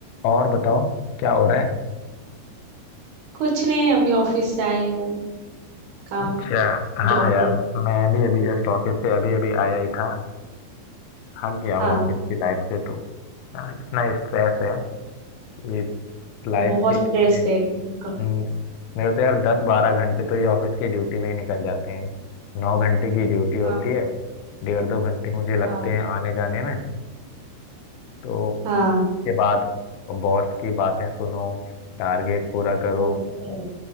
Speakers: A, on the left; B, on the right.
A: और बताओ क्या हो रहा है
B: कुछ नहीं अभी ऑफिस से आई हूँ काम
A: अच्छा हाँ
B: जॉब
A: यार
B: पे
A: मैं भी अभी जस्ट ऑफिस से अभी अभी आया ही था थक गया हूँ
B: हाँ
A: ऑफिस की लाइफ से तो यार इतना स्ट्रेस है ये लाइफ
B: बहुत
A: के
B: स्ट्रेस
A: कितने
B: है काम
A: हम्म
B: का।
A: मेरे तो यार दस बारह घंटे तो ये ऑफिस की ड्यूटी में ही निकल जाते हैं नौ घंटे की ड्यूटी होती
B: हाँ
A: है डेढ़ दो घंटे मुझे लगते
B: हाँ
A: हैं आने जाने में तो उसके
B: हाँ
A: बाद बॉस की बातें सुनो टारगेट पूरा करो
B: वो तो है